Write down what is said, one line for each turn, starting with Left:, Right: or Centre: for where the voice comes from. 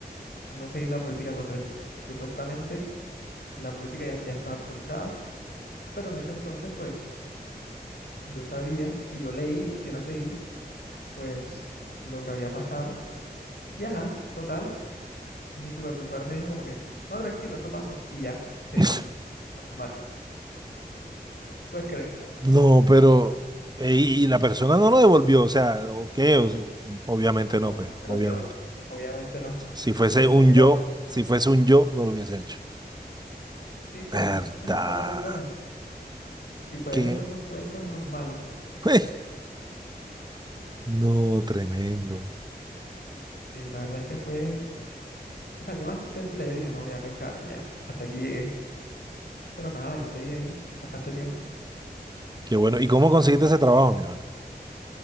Left: no seguir la política correcta. Supuestamente la política ya, ya estaba actualizada, pero en ese entonces pues yo sabía y yo leí porque la seguí, pues lo que había pasado. Y ajá, total, mi supervisor me dijo como que, no, tranquilo, eso pasa. Y ya, seguí.
Right: <laughs>
Left: Normal. ¿Tú puedes creer?
Right: No, pero. eh, Y y la persona no lo devolvió, o sea, ok, o sea, obviamente no,
Left: No,
Right: pues,
Left: se
Right: obviamente.
Left: lo quedó. Obviamente no.
Right: Si
Left: <laughs>
Right: fuese
Left: Un iPhone
Right: un
Left: gratis.
Right: yo, si fuese un yo, no lo hubiese hecho.
Left: Sí, claro.
Right: ¿Verdad?
Left: Ajá, cada persona. Y pues
Right: Qué.
Left: esos son los cuentos normales.
Right: <laughs> No, tremendo.
Left: Y la verdad es que fue O sea, yo me asusté en pila, yo dije, no, ya me echaron, ya, hasta aquí llegué. Pero nada, yo seguí ahí bastante tiempo.
Right: Qué bueno. ¿Y cómo conseguiste ese trabajo, mi vale?